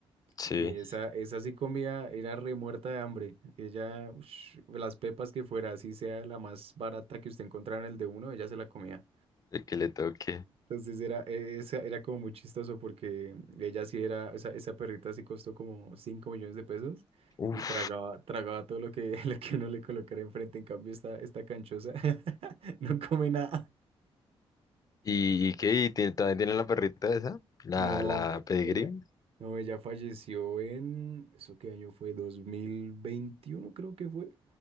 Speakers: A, on the left; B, on the right.
A: Sí,
B: Y esa, esa sí comía, era remuerta de hambre. Ella, ush, las pepas que fuera, así sea la más barata que usted encontrara en el de uno, ella se la comía.
A: el que le toque.
B: Entonces era, e, esa, era como muy chistoso porque ella sí era, esa, esa perrita sí costó como 5 millones de pesos
A: Uf.
B: y tragaba, tragaba todo lo que, <laughs> lo que uno le colocara enfrente. En cambio, esta, esta canchosa <laughs> no come nada.
A: ¿Y, y qué? ¿Y tiene- todavía tiene la perrita esa? ¿La,
B: No,
A: la
B: e-
A: pedigree?
B: ella, no, ella falleció en, ¿eso qué año fue? dos mil veintiuno creo que fue.